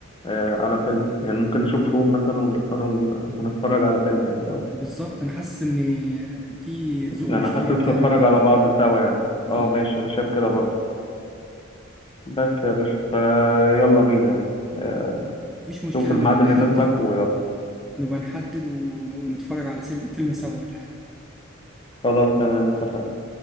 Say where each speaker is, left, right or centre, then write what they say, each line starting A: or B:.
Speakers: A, on the left; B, in the centre.
A: آه على فيلم يعني ممكن نشوف روم مثلا ونتفرج ونتفرج على فيلم يعني سوا
B: بالظبط انا حاسس ان في ذوق
A: يعني
B: مشترك
A: انا حاسس نتفرج
B: يعني واضح
A: على بعض سوا يعني
B: اه
A: اه ماشي انا شايف كده برضه بس يا باشا فيلا بينا يعني آه
B: مفيش مشكله
A: شوف الميعاد
B: نبقى نحدد
A: اللي يناسبك ويلا
B: نبقى نحدد و... ونتفرج على سيل- فيلم سوا ولا حاجه
A: خلاص تمام اتفقنا